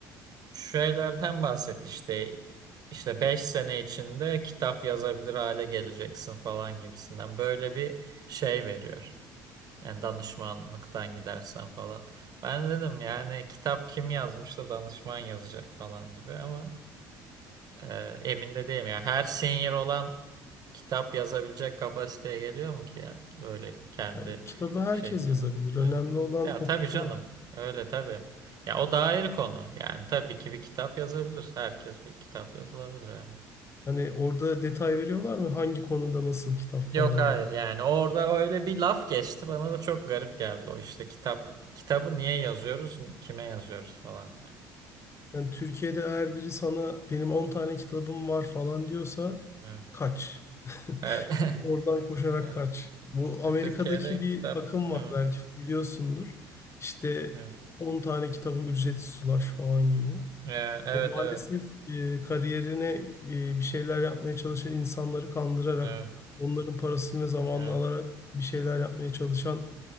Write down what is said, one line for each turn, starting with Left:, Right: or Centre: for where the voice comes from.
Right: şu şeylerden bahset işte işte 5 sene içinde kitap yazabilir hale geleceksin falan gibisinden. Böyle bir şey veriyor. Yani danışmanlıktan gidersen falan. Ben dedim yani kitap kim yazmış da danışman yazacak falan gibi ama e, emin de değilim. ya her senior olan kitap yazabilecek kapasiteye geliyor mu ki ya? Böyle kendi
Left: yani kitabı herkes
Right: şey.
Left: yazabilir. Önemli
Right: Evet.
Left: olan
Right: Ya tabii
Left: okutmak.
Right: canım. Öyle tabii. Ya o da ayrı konu. Yani tabii ki bir kitap yazabilir. Herkes bir kitap yazılabilir yani.
Left: Hani orada detay veriyorlar mı? Hangi konuda nasıl kitap falan
Right: Yok hayır
Left: gibi.
Right: yani orada öyle bir laf geçti bana da çok garip geldi o işte kitap kitabı niye yazıyoruz kime yazıyoruz falan yani.
Left: Yani Türkiye'de eğer biri sana benim 10 tane kitabım var falan diyorsa
Right: Evet.
Left: kaç. <laughs>
Right: Evet. <laughs>
Left: Oradan koşarak
Right: Evet.
Left: kaç. Bu
Right: E,
Left: Amerika'daki
Right: Türkiye'de
Left: bir
Right: kitap
Left: akım var
Right: evet
Left: belki biliyorsundur. İşte
Right: evet
Left: 10 tane kitabı ücretsiz ulaş falan gibi.
Right: E, evet
Left: O maalesef
Right: evet
Left: e, kariyerine e, bir şeyler yapmaya çalışan insanları kandırarak,
Right: evet,
Left: onların parasını ve zamanını
Right: evet.
Left: alarak bir şeyler yapmaya çalışan